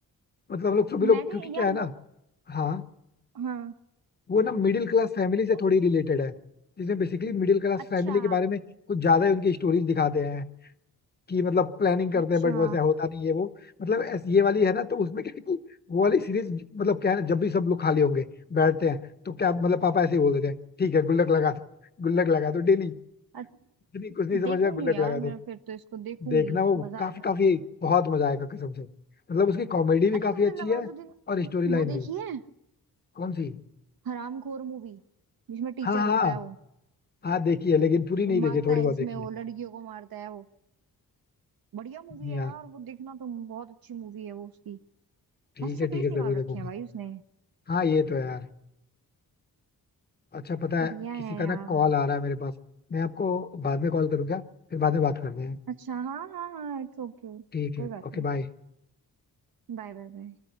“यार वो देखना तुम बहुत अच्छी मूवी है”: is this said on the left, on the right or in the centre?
Right